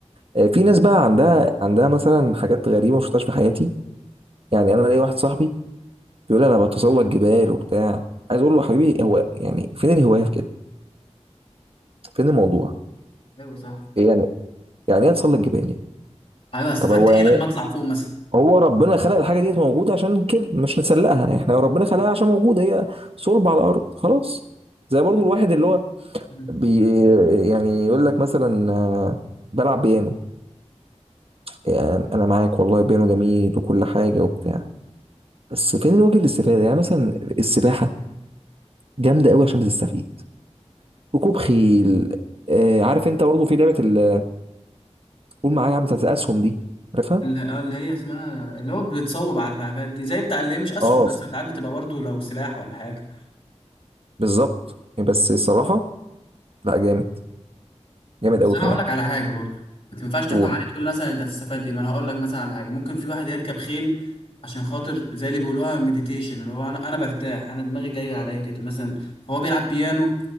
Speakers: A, on the right (about 55°); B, on the left (about 55°).
A: آه، في ناس بقى عندها عندها مثلا حاجات غريبه ما شفتهاش في حياتي يعني انا ليا واحد صاحبي بيقول لي انا بتسلق جبال وبتاع عايز اقول له يا حبيبي هو يعني فين الهوايه في كده فين الموضوع
B: ايوه صح
A: إيه يعني يعني ايه اتسلق جبال يعني؟
B: ايوه استفدت
A: طب هو
B: ايه
A: يعني
B: لما اطلع فوق مثلا
A: هو ربنا خلق الحاجه ديت موجوده عشان كده مش نسلقها احنا ربنا خلقها عشان موجوده هي صلب على الارض خلاص زي برضو الواحد اللي هو
B: مم.
A: بي يعني يقول لك مثلا آه، بلعب بيانو يعني انا معاك والله بيانو جميل وكل حاجه وبتاع بس فين الوجه الاستفاده يعني مثلا السباحه جامده قوي عشان بتستفيد ركوب خيل آه عارف انت برضه في لعبه ال- قول معايا يا عم بتاعت الاسهم دي عارفها
B: اللي آه، اللي هي اسمها اللي هو بتصوب على الحاجات دي زي بتاع اللي هي مش اسهم
A: اه
B: بس ساعات بتبقى برضو لو سلاح ولا حاجه
A: بالظبط بس الصراحه لا جامد جامد
B: بس
A: قوي
B: انا
A: كمان
B: هقول لك على حاجه برضه انت ما ينفعش تحكم
A: قول
B: عليه تقول مثلا انت هتستفاد ايه ما انا هقول لك مثلا على حاجه ممكن في واحد يركب خيل عشان خاطر زي اللي بيقولوها مديتيشن اللي هو انا انا برتاح انا دماغي جايه عليا كده مثلا فهو بيلعب بيانو